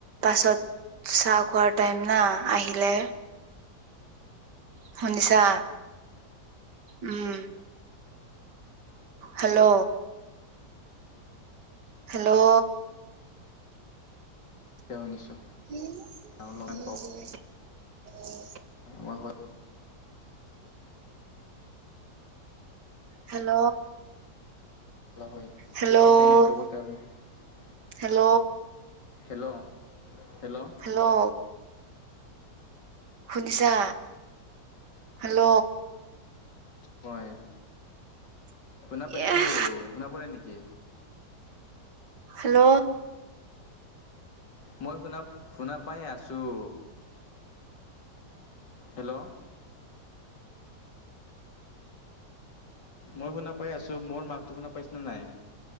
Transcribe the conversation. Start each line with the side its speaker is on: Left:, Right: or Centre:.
Right: পাছত চাহ খোৱাৰ টাইম না, আহিলে শুনিছা? উম। হেল্ল'। হেল্ল'।
Left: <unintelligible>
Right: <unintelligible>
Left: অলপমান বহুত
Right: হেল্ল'।
Left: নহয়,
Right: হেল্ল'
Left: এতিয়া নেটৱৰ্কৰ কাৰণে।
Right: হেল্ল'।
Left: হেল্ল'। হেল্ল'।
Right: হেল্ল'। শুনিছা, হেল্ল'।
Left: মই, শুনা পাইছোঁ।
Right: এহ
Left: শুনা পোৱা নাই নেকি?
Right: হেল্ল'।
Left: মই শুনা-শুনা পাই আছোঁ। হেল্ল'। মই শুনা পাই আছো। মোৰ মাতটো শুনা পাইছনে নাই?